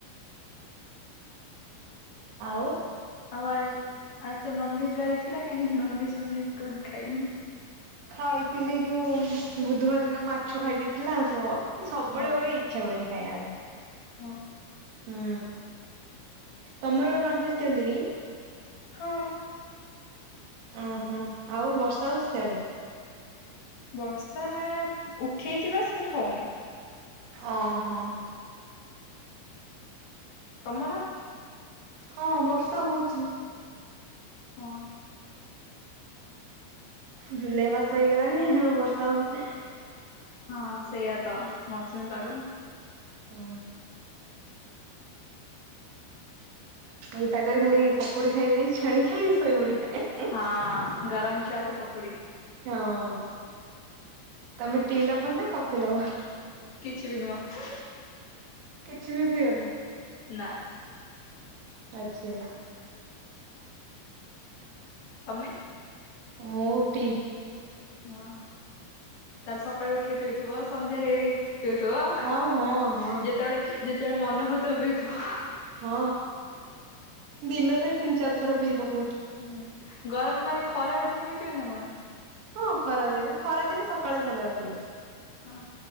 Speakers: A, on the right (about 90°); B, on the left (about 55°).
A: ଆଉ
B: ଆଉ ଆ ଆଜି ତ ନନଭେଜ୍ ବାରି ଥିଲା କାହିଁକି ନନଭଜ୍ ଫନଭେଜ୍ କଣ ଖାଇଲେନି।
A: ଖାଇଥିଲି ଯୋଉ ବୁଧୁବାର ଦିନ ମାଛ ଖାଇ ଖାଇଦେଇଥିଲି ନା ସ ସବୁବେଳେ
B: ହଁ
A: ଗୋଟେ ଇ ଚ୍ଛା ହୁଅନି ଖାଇବାପାଇଁ।
B: ହଁ
A: ହୁଁ ତମର ନନଭେଜ୍ ଦିଅନ୍ତିନି କି?
B: ହଁ।
A: ଅଁ ହଁ ଆଉ ବର୍ଷା ହଉଛି ସିଆଡେ।
B: ବର୍ଷା ନା ଉଠେଇଛି ବାସ୍ କିନ୍ତୁ ହୋଉନେଇଁ।
A: ଓ ହ।
B: ତମର।
A: ହଁ ବର୍ଷା ହୋଉଚି।
B: ହଁ।
A: ଜୁଲାଇ ମାସ ହେଇଗଲାଣି ଆଉ ବର୍ଷା ହବ ନେ
B: ହଁ ସେଇଆା ତ ମୌସୁମୀ ପାଗ।
A: ହୁଁ। ଏଇ ପାଗରେ ଖାଲି ପକୁଡି ଖାଇଦେକି ଛାଣିକି ଶୋଇ ପଡିବା।
B: ହଁ ଗରମ ଚାଆ କୁ ପକୁଡି।
A: ହଁ ତମେ ଟି ଲଭର୍ ନା କଫି ଲଭର୍।
B: କିଛି ବି ନୁହଁ ହୁଁ ହୁଁ।
A: କିଛି ବି ପିଅନି।
B: ନା।
A: ଆଛା।
B: ତମେ।
A: ମୁଁ ଟି।
B: ହଁ ତାହେଲେ ସକାଳୁ ଉଠିଲେ ପିଉଥିବ ସନ୍ଧ୍ୟାରେ ପିଉଥିବ ଯେତେବେଳେ
A: ହଁ ହଁ ହଁ
B: ଯେତେବେଳେ ମନ ହୋଉଥିବ ପିଉଥିବ।
A: ହଁ ଦିନରେ ତିନି ଚାରି ଥର ପି ପକୁଏ।
B: ହୁଁ ଗରମ ମାନେ ଏଇ ଖରା ଦିନେ ବି ପିଅ ନା କଣ।
A: ହଁ ଖରା ଦିନେ ଖରାଦିନେ ସକାଳେ ସଞ୍ଜ ବେଳେ ପିଏ।
B: ହଁ।